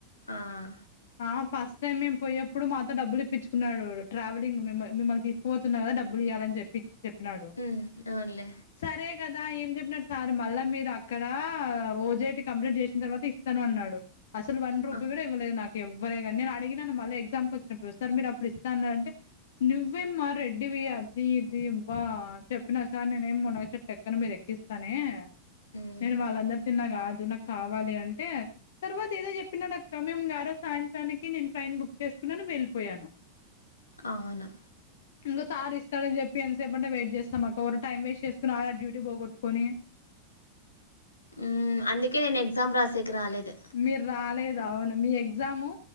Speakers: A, on the left; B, on the left.
A: ఆ
B: ఆ ఫస్ట్ టైమ్ మేము పోయప్పుడు మాతో డబ్బులు ఇప్పించుకో కున్నాడు ట్రావెలింగ్ మిమల్ మిమల్ తీసుకపోతున్నా కదా డబ్బులు ఇవాలని చెప్పి చెప్పినాడు
A: హ్మ్. అవునులే.
B: సరే కదా ఏం చెప్పినడు సార్ మళ్ళా మీరు అక్కడ ఓజేటి కంప్లీంట్ చేసిన తర్వాత ఇస్తా ను అన్నాడు అసలు వన్ రూపీ
A: ఆ!
B: కూడా ఇవ్వలేదు నాకు ఎవర్రే కాని నేను అడిగినను మళ్ళీ ఎగ్జామ్కి వచ్చినపుడు సార్ ఇస్తా అన్నారు అంటే నువ్వేం మా రెడ్డివి అది ఇది అబ్బా చెప్పినా సార్ నేనేమి మునగ చెటు ఎక్కను మీరు ఎక్కిస్త తానే
A: హ్మ్.
B: నేను వాళ్ళందరు తిన్నా కాదు నాకు కావాలి అంటే తర్వాత ఏదో చెప్పినాడక్క మేము గార సాయంత్రానికి నేను ట్రైన్ బుక్ చేసుకున్నాని వెళ్ళిపోయాను
A: అవును
B: ఇంకా సార్ ఇస్తాడని చెప్పి ఎంతసేపంటే వెయిట్ చేస్తాం అ ఒకవరు టైం వేస్ట్ చేసుకుని ఆడ డ్యూటీ పోగొటుకొని
A: ఉ అందుకే నేను ఎగ్జామ్ రాసేకు రాలేదు
B: మీరు రాలేదు అవును మీ ఎగ్జాము